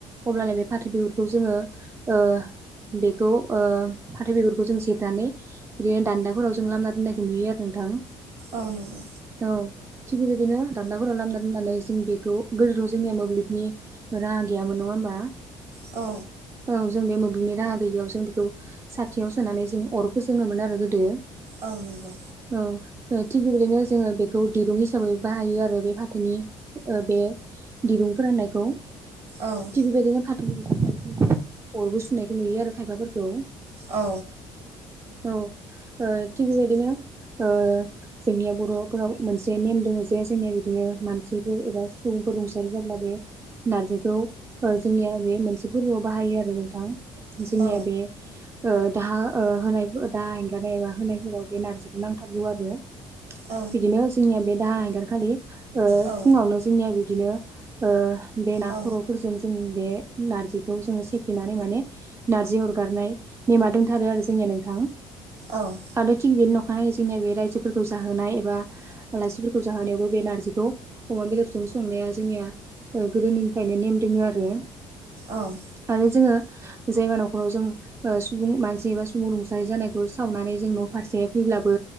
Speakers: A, on the right; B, on the right.
A: अब्लानो बे फाथो बिगुरखौ जोङो ओ बेखौ ओ फाथो बेगरखौ जों जिरनानै बिदिनो दान्दा खरावजों लामना दोननायखौ नुयो आरो नोंथां।
B: औ नोंगौ।
A: औ थिग बेबायदिनो दानदाफोराव लामदा दोननानै जों बेखौ गोदोथ' जोंनिया मोब्लिबनि राहा गैयामोन नङा होमबा।
B: औ।
A: औ जों बे मोब्लिबनि राहा गैयियाव जों बेखौ साथियाव सोनानै जों अर फोजोङोमोन आरो गोदो।
B: औ नोंगौ।
A: औ ओ थिग बेबायदिनो जोङो बेखौ दिरुं हिसाबै बाहायो आरो बे फाथोनि ओ बे दिरुं फोराननायखौ
B: औ।
A: थिग बेबायदिनो फाथो <unintelligible> अरबो सुनायखौ नुयो आरो खायफाफोरखौ।
B: औ
A: औ। ओ थि बेबायदिनो ओ जोंनिया बर'फोराव मोनसे नेम दोङो जे जोंनिया बिदिनो मानसिफोर एबा सुबुंफोर रुंसारि जाब्ला बे नार्जिखौ ओ जोंनिया बे मोनसे फोर्बोआव बाहायो आरो नोंथां। जोंनिया
B: औ
A: बे ओ दाहा होनाय दा <unintelligible> गानाय एबा होनायफोराव बे नार्जिखौ नांथारगौ आरो।
B: औ
A: बिदिनो जोंनिया बे दाहा आइगारखालि ओ
B: औ
A: फुङावनो जोंनिया बिदिनो ओ बे नाखर'फोरजों
B: औ
A: जों बे नार्जिखौ जोङो सेफेनानै माने नार्जि अरगारनाय नेमा दंथारो आरो जोंनिया नोंथां।
B: औ।
A: आरोथिं बेनि न'खानाय जोंनिया बे रायजोफोरखौ जाहोनाय एबा आलासिफोरखौ जाहोनायावबो बे नार्जिखौ अमा बेदरजों संनाया जोंनिया ओ गोदोनिफ्रायनो नेम दोङो आरो।
B: औ।
A: आरो जोङो जेबा नखराव जों सुबुं मानसि एबा सुबुं रुंसारि जानायखौ सावनानै जों न' फारसे फैब्लाबो